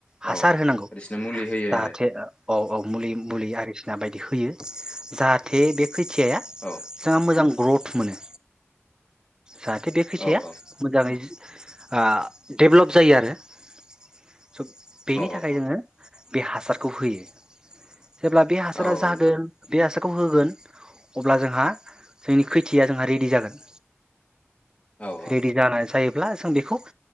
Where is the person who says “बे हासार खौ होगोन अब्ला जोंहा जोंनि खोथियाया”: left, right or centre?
Right